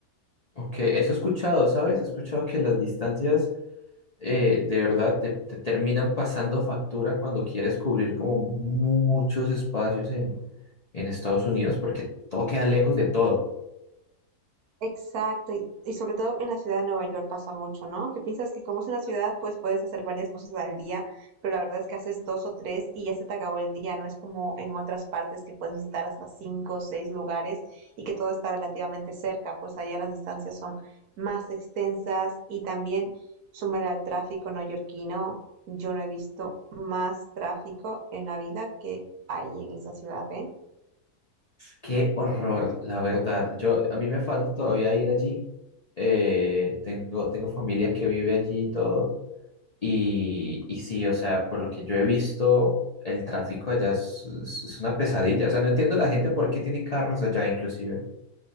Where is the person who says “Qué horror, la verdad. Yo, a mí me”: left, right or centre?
Left